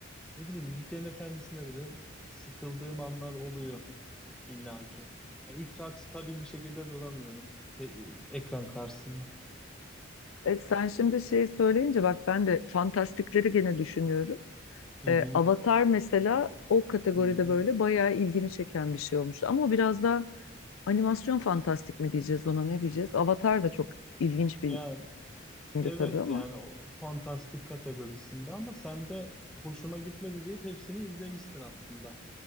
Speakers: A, in the centre; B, on the left.
A: ne bileyim Yüzüklerin Efendisi'nde bile sıkıldığım anlar oluyor illaki. Yani 3 saat stabil bir şekilde duramıyorum te- e, ekran karşısında.
B: E, sen şimdi şeyi söyleyince bak ben de fantastikleri gene düşünüyorum.
A: Hı hı,
B: E, Avatar mesela o kategoride
A: hı hı.
B: böyle bayağı ilgimi çeken bir şey olmuştu. Ama o biraz da animasyon fantastik mi diyeceğiz ona ne diyeceğiz? Avatar da çok ilginç bir
A: Ya
B: filmdi
A: evet
B: tabii ama.
A: yani o fantastik kategorisinde ama sen de hoşuma gitmedi deyip hepsini izlemişsin aslında.